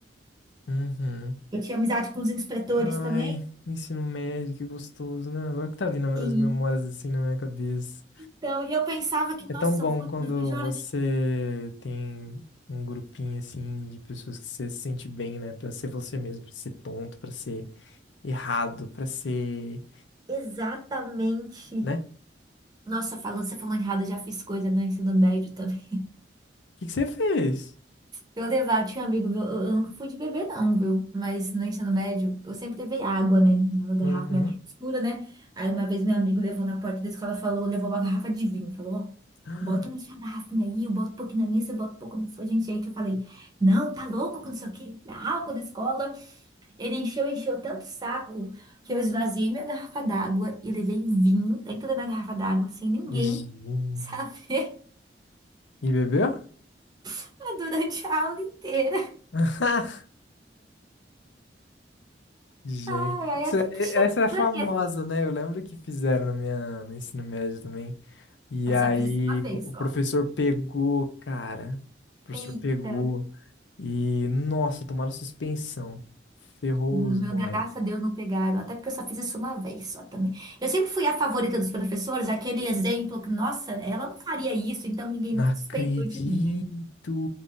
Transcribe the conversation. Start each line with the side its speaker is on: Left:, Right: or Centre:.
Left: Uhum.
Right: Eu tinha amizade com os inspetores
Left: Ai,
Right: também.
Left: ensino médio, que gostoso, né? Agora que tá vindo as
Right: Sim.
Left: memórias assim na minha cabeça.
Right: Então, e eu pensava que,
Left: É
Right: nossa,
Left: tão bom
Right: eu vou
Left: quando
Right: no fim de hora
Left: você
Right: de...
Left: tem um grupinho assim de pessoas que você se sente bem, né? Pra ser você mesmo, pra ser tonto, pra ser errado, pra ser,
Right: Exatamente.
Left: né? O
Right: Nossa, falando, você falou errado, eu já fiz coisa no ensino médio também.
Left: que que você fez?
Right: Eu levar, tinha um amigo meu, eu, eu nunca fui de beber não, viu? Mas no ensino médio, eu sempre levei água, né? Na garrafa,
Left: Uhum.
Right: minha garrafa
Left: <gasps>
Right: escura, né? Aí uma vez meu amigo levou na porta da escola, falou, levou uma garrafa de vinho, falou, ó,
Left: Ah,
Right: bota na sua garrafinha aí, eu boto um pouquinho na minha, você bota um pouco na sua, a gente entra. Eu falei, não, tá louco, que não sei o quê, dá álcool na escola. Ele encheu, encheu tanto o saco, que eu esvaziei minha garrafa d'água e levei vinho dentro da minha garrafa d'água, sem ninguém
Left: gin.
Right: saber,
Left: E bebeu?
Right: <laughs> durante a aula inteira.
Left: <laughs> Gente,
Right: Ai, ai,
Left: isso é-
Right: que, que cheiro
Left: essa
Right: estranho
Left: é famosa, né? Eu lembro que fizeram na minha, no ensino médio também. E
Right: Mas
Left: aí
Right: só fiz isso uma vez
Left: co- o
Right: só.
Left: professor pegou, cara. O professor
Right: Eita,
Left: pegou e, nossa, tomaram suspensão. Ferrou
Right: no
Left: os
Right: meu,
Left: moleques.
Right: graças a Deus não pegaram. Até porque eu só fiz isso uma vez só também. Eu sempre fui a favorita dos professores, aquele exemplo que, nossa, ela não faria isso, então ninguém
Left: Não
Right: nunca
Left: acredito!
Right: suspeitou de mim, né?